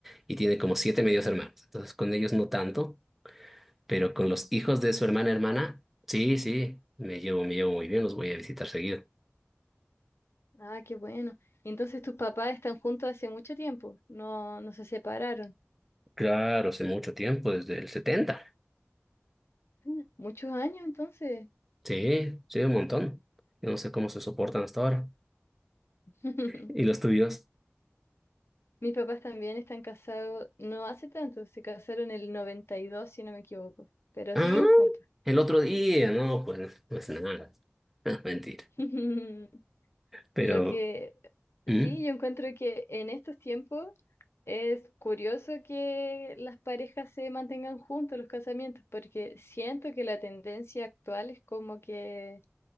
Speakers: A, in the centre; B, on the left.
A: y tiene como siete medios hermanos, entonces con ellos no tanto. Pero con los hijos de su hermana hermana, sí, sí, me llevo, me llevo muy bien, los voy a visitar seguido.
B: Ah, qué bueno. Entonces tus papás están juntos hace mucho tiempo, no, no se separaron.
A: Claro, hace mucho tiempo, desde el setenta
B: Mm. Muchos años entonces.
A: Sí, sí, un montón. Yo no sé cómo se soportan hasta ahora.
B: <laughs>
A: ¿Y los tuyos?
B: Mis papás también están casados, no hace tanto, se casaron en el 92 si no me equivoco, pero
A: Ah,
B: siguen juntos.
A: el otro día, no, pues, pues nada. <laughs> Mentira.
B: <laughs>
A: Pero,
B: Lo que sí,
A: ¿Mm?
B: yo encuentro que en estos tiempos es curioso que las parejas se mantengan juntos en los casamientos, porque siento que la tendencia actual es como que